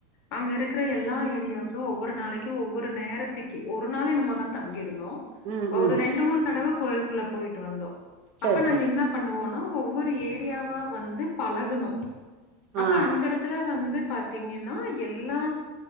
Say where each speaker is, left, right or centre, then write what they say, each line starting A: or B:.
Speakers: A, on the left (about 45°); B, on the right (about 40°).
A: அங்க இருக்குற எல்லா ஏரியாஸு ஒவ்வொ நாளைக்கு ஒவ்வொரு நேரத்திக்கு ஒரு நாள் என்னமோ தா தங்கியிரு இருந்தோ
B: ம் ம்
A: ஒரு ரெண்டு மூணு தடவ கோயிலுக்குள்ள போயிட்டு வந்தோ
B: சரி
A: அப்ப நாங்க
B: சரி
A: என்ன பண்ணுவோனா ஒவ்வொரு ஏரியாவா வந்து பழகனு அப்ப
B: ஆ
A: அந்த இடத்துல வந்து பாத்திங்கன்னா எல்லா